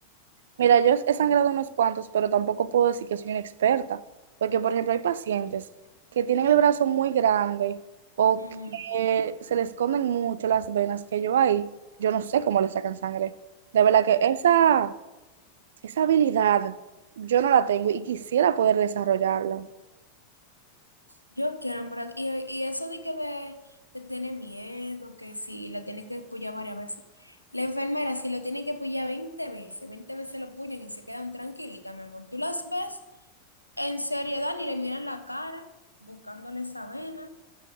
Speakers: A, on the right; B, on the left.
A: mira, yo he sangrado unos cuantos, pero tampoco puedo decir que soy una experta, porque por ejemplo hay pacientes que tienen el brazo muy grande o
B: ujú,
A: que se les esconden mucho las venas que yo ahí, yo no sé cómo le sacan sangre. De verdad que esa... esa habilidad yo no la tengo y quisiera poder desarrollarla.
B: Yo quiero, en verdad, y, y eso de que de, de tener miedo, que si la tiene que pullar varias veces. La enfermera, si lo tiene que pullar 20 veces, 20 veces lo puñan y se quedan tranquilitas, mi amor. Tú las ves en seriedad ni le miran la cara, buscándole esa vena.